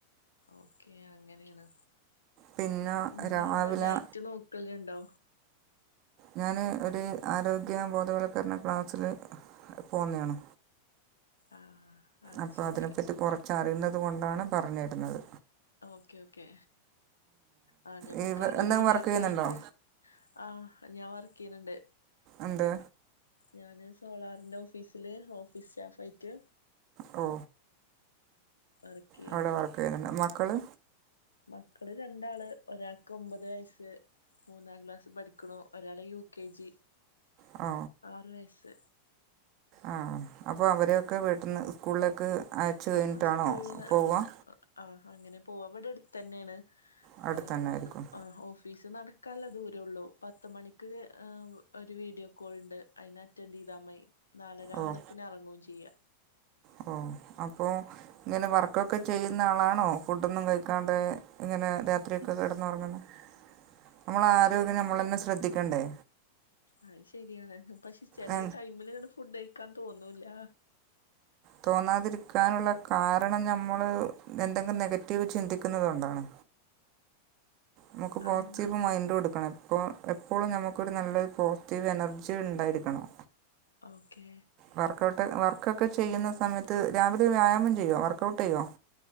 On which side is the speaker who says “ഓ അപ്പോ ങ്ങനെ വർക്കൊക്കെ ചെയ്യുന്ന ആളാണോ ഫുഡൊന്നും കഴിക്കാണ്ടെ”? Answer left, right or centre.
Right